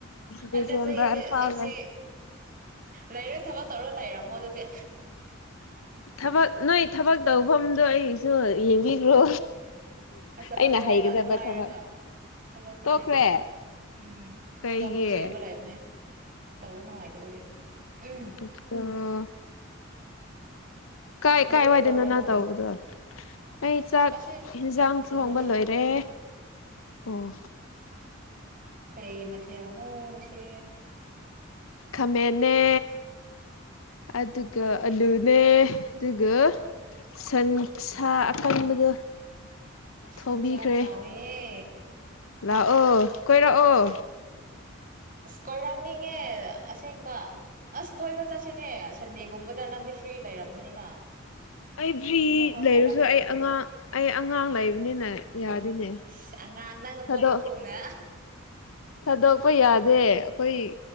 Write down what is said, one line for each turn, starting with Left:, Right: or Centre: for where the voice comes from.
Left: ꯗꯤꯁꯦꯝꯕꯔ
Right: ꯑꯗ ꯆꯍꯤ ꯆꯍꯤꯁ
Left: ꯐꯥꯎ ꯂꯩ
Right: ꯂꯩꯔꯦ ꯊꯕꯛ ꯇꯧꯔ ꯂꯩꯔꯝꯃꯣ ꯑꯗꯨꯗꯤ
Left: ꯊꯕꯛ ꯅꯣꯏ ꯊꯕꯛ ꯇꯧ ꯃꯐꯝꯗꯣ ꯑꯩꯁꯨ ꯌꯦꯡꯕꯤꯈ꯭ꯔꯣ
Right: ꯑ ꯆꯄ
Left: ꯑꯩꯅ
Right: ꯇꯣꯛꯑꯦ
Left: ꯍꯩꯒꯗꯕ
Right: ꯑꯗꯨ ꯍꯥꯏꯔꯒ
Left: ꯊꯕꯛ
Right: ꯊꯕꯛ ꯇꯣꯛꯑꯦ
Left: ꯇꯣꯛꯈ꯭ꯔꯦ
Right: ꯎꯝ
Left: ꯀꯩꯒꯤ
Right: ꯊꯕꯛ ꯑꯃꯨꯛ ꯊꯤꯔꯒ
Left: ꯑꯣ
Right: ꯂꯩꯕꯅꯦ ꯇꯧꯕ ꯅꯨꯡꯉꯥꯏꯇꯕꯒꯤ ꯎꯝ
Left: ꯑꯆꯥ ꯑꯣ ꯀꯥꯏ
Right: ꯍꯧꯖꯤꯛ
Left: ꯀꯥꯏ ꯋꯥꯏꯗꯣꯏꯅꯣ
Right: ꯀꯩꯗꯧꯔꯤꯅꯣ
Left: ꯅꯪ ꯇꯧꯕꯗꯣ ꯑꯩ ꯆꯥꯛ
Right: ꯑꯁꯤ
Left: ꯍꯦꯟꯁꯥꯡ
Right: ꯖꯨ
Left: ꯊꯣꯡꯕ
Right: ꯃꯅꯥꯛꯇꯅꯦ
Left: ꯂꯣꯏꯔꯦ ꯑꯣ
Right: ꯀꯩ ꯃꯊꯦꯜꯅꯣ ꯉꯁꯤ
Left: ꯈꯥꯃꯟꯅꯟꯅ ꯑꯗꯨꯒ ꯑꯂꯨꯅꯦ ꯑꯗꯨꯒ ꯁꯟꯁꯥ ꯑꯀꯪꯕꯗꯣ
Right: ꯑꯁ
Left: ꯊꯣꯡꯕꯤꯈ꯭ꯔꯦ
Right: ꯁꯟꯁꯥꯗꯤ ꯍꯥꯎꯋꯦꯍꯦ
Left: ꯂꯥꯛꯑꯣ ꯀꯣꯏꯔꯛꯑꯣ
Right: ꯑꯁ <unintelligible> ꯑꯁꯦꯡꯕ ꯑꯁ ꯀꯣꯏꯕ ꯆꯁꯤꯦꯅꯦ ꯑꯁ ꯁꯟꯗꯦꯒꯨꯝꯕꯗ ꯅꯪꯗꯤ ꯐ꯭ꯔꯤ ꯂꯩꯔꯝꯒꯅꯤꯅ
Left: ꯑꯩ ꯐ꯭ꯔꯤ
Right: ꯑꯃꯐꯥꯎ
Left: ꯂꯩꯔꯁꯨ
Right: ꯍꯥꯏꯔꯛꯇꯦꯅꯦ
Left: ꯑꯩ ꯑꯉꯥꯡ ꯑꯩꯉꯥꯡ ꯑꯉꯥꯡ ꯂꯩꯕꯅꯤꯅꯦ ꯌꯥꯗꯤꯅꯦ
Right: ꯑꯁ ꯑꯉꯥꯡ ꯅꯪꯅ
Left: ꯊꯗ
Right: ꯄꯣꯛꯄꯒꯨꯝꯅ
Left: ꯊꯥꯗꯣꯛꯄ ꯌꯥꯗꯦ ꯑꯩꯈꯣꯏ